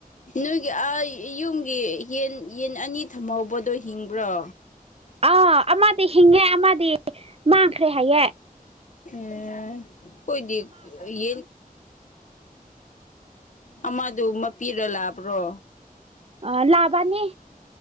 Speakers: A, on the left; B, on the right.
A: ꯅꯣꯏꯒꯤ ꯑꯥ ꯌꯨꯝꯒꯤ ꯌꯦꯟ ꯌꯦꯟ ꯑꯅꯤ ꯊꯝꯍꯧꯕꯗꯣ ꯍꯤꯡꯕ꯭ꯔꯣ
B: ꯑꯥ ꯑꯃꯗꯤ ꯍꯤꯡꯉꯦ ꯑꯃꯗꯤ ꯃꯥꯡꯈ꯭ꯔꯦ ꯍꯥꯏꯌꯦꯦ
A: ꯎ ꯍꯣꯏꯗꯤ ꯌꯦ ꯑꯃꯗꯨ ꯃꯄꯤꯔ ꯂꯥꯛꯕ꯭ꯔꯣ
B: ꯑ ꯂꯕꯥꯅꯤ